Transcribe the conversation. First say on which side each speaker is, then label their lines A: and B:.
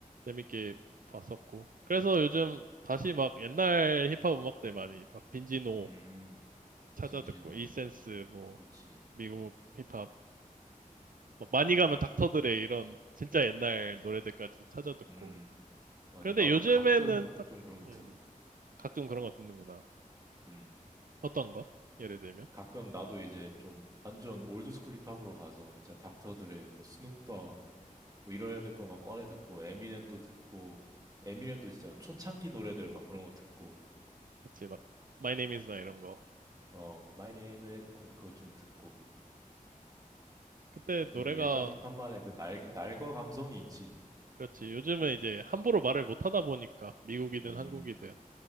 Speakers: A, on the right; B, on the right.
A: 재밌게 봤었고. 그래서 요즘 다시 막 옛날 힙합 음악들 많이 막 빈지노
B: 음,
A: 찾아
B: 빈지노.
A: 듣고 이센스 뭐
B: 좋지.
A: 미국 힙합 막 많이
B: 맞아.
A: 가면 닥터드레 이런 진짜 옛날 노래들까지 찾아 듣고.
B: 음, 맞아.
A: 그런데
B: 나도
A: 요즘에는
B: 가끔
A: 딱
B: 좀 그런 거
A: 음,
B: 들어.
A: 가끔 그런 거 듣는구나.
B: 음
A: 어떤 거? 예를 들면
B: 가끔 나도 이제 좀 완전 올드스쿨 힙합으로 가서 진짜 닥터들의 뭐 스눕독 뭐 이런 애들 거 막 꺼내 듣고 에미넴도 듣고 에미넴도 진짜 초창기 노래들 막 그런 거 듣고
A: 그치 막 My Name Is나 이런 거.
B: 어 My Name is 하면 그거 좀 듣고
A: 그때
B: 제가
A: 노래가
B: 예전 힙합만의 그 날, 날거 감성이 있지
A: 그렇지. 요즘은 이제 함부로 말을 못 하다 보니까 미국이든
B: 음
A: 한국이든